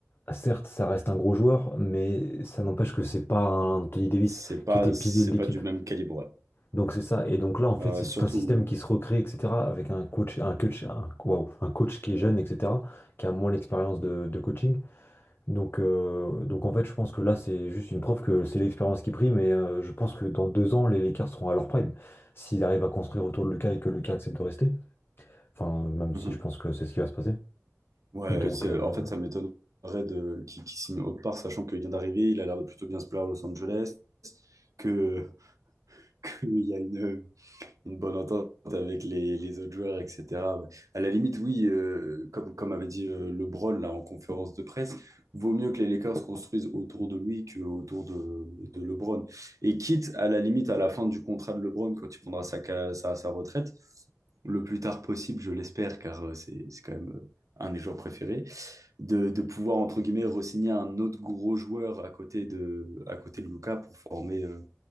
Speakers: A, on the left; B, on the right.
A: Certes, ça reste un gros joueur, mais ça n'empêche que c'est pas un Anthony Davis
B: c'est pas,
A: qui était pilier
B: c'est
A: de l'équipe.
B: pas du même calibre.
A: Donc c'est ça. Et donc là, en fait,
B: Euh,
A: c'est
B: surtout,
A: tout un système qui se recrée, etc. Avec un coach, un coach, un, waouh, un coach qui est jeune, etc. Qui a moins l'expérience de, de coaching. Donc, euh, donc en fait, je pense que là, c'est juste une preuve que c'est l'expérience qui prime. Et euh, je pense que dans deux ans, les Lakers seront à leur prime. S'ils arrivent à construire autour de Lucas et que Lucas accepte de rester. Enfin, même
B: Mhm.
A: si je pense que c'est ce qui va se passer.
B: ouais,
A: Donc,
B: c'est,
A: euh,
B: en fait, ça m'étonnerait de, qu'il qu'il signe autre part, sachant qu'il vient d'arriver, il a l'air de plutôt bien se plaire à Los Angeles, que, <laughs> qu'il y a une, une bonne entente avec les, les autres joueurs, etc. Ouais. À la limite, oui, euh, comme, comme avait dit euh, LeBron là, en conférence de presse, vaut mieux que les Lakers construisent autour de lui qu'autour de, de LeBron. Et quitte, à la limite, à la fin du contrat de LeBron, quand il prendra sa, ca- sa, sa retraite, le plus tard possible, je l'espère, car euh, c'est c'est quand même euh, un des joueurs préférés, de, de pouvoir, entre guillemets, re-signer un autre gros joueur à côté de, à côté de Luka pour former, euh,